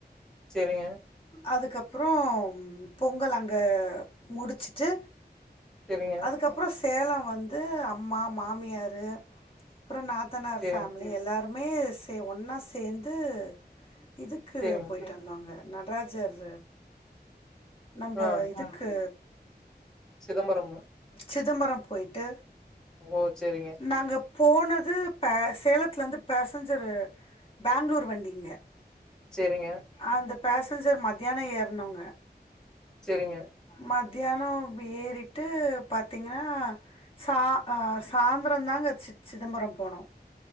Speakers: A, in the centre; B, on the left.
A: சேரிங்க
B: அதுக்கப்புறோ பொங்கல் அங்க முடிச்சுட்டு
A: சேரிங்க
B: அதுக்கப்புற சேலம் வந்து அம்மா மாமியாரு அப்புற நாத்தனார்
A: சேரிங்
B: ஃபேமிலி எல்லாருமே சே ஒன்னா சேந்து இதுக்கு
A: சேரிங்க
B: போயிட்டு வந்தாங்க நட்ராஜர் நம்ப
A: ஆ
B: இதுக் கு
A: சிதம்பரமா
B: சிதம்பரம் போயிட்டு
A: ஓ சேரிங்க
B: நாங்க போனது பேச சேலத்துலேருந்து பேசஞ்சர் பேங்களூர் வண்டிங்க
A: சேரிங்க
B: அந்த பேசஞ்சர் மத்தியான ஏறுனோங்க
A: சேரிங்க
B: மத்தியான ஏறிட்டு பாத்தீங்கன்னா சா அ சாந்ரந்தாங்க சி சிதம்பரம் போனோ